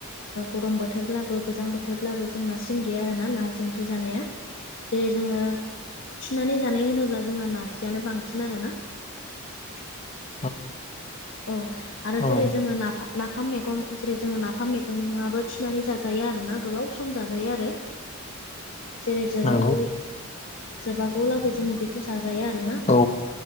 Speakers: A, on the left; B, on the left.
A: गरम बोथोरब्लाबो गोजां बोथोरब्लाबो जों नासिन गैया आरो ना नारजि ओंख्रि जानाया जेरै जोङो थिनानै जानाय होनोब्ला जोंना नारजियानो बांसिन आरोना
B: <inaudible>
A: औ आरो
B: औ
A: जेरै जोङो न नाफाम मैगं जेरै जोङो नाफाम बो थिनानै जाजायो आर ना गोबाव सम जाजायो आरो जेरै जोबागौ
B: नंगौ
A: जोबागौ लागै जोङो बेखौ जाजायो आरोना
B: औ